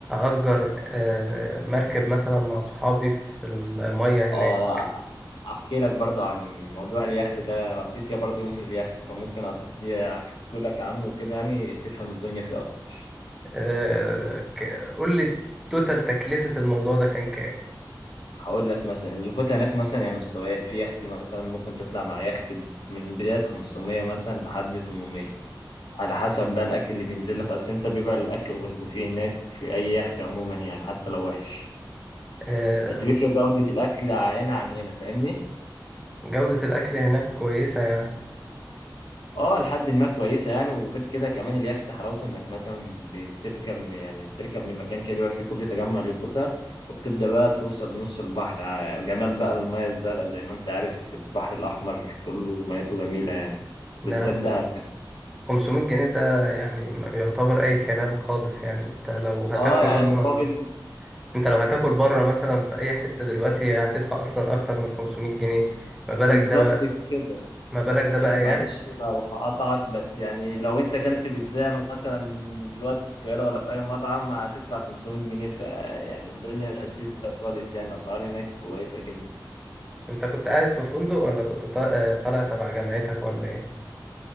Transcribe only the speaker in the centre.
اجر آه، مركب مثلا مع صحابي في المية هناك
آه، ك- قول لي توتال تكلفة الموضوع ده كان كام
آه،
جودة الأكل هناك كويسة يعني
ده خ-
500 جنيه ده يعني ما يعتبر أي كلام خالص يعني أنت لو هتاكل
أصلا
أنت لو هتاكل بره مثلا في أي حتة دلوقتي هتدفع أصلا أكتر من 500 جنيه ما بالك
ده بقى
ما بالك ده
بقى
يخت
أنت كنت قاعد في فندق ولا كنت طا- آه، طالع تبع جامعتك ولا إيه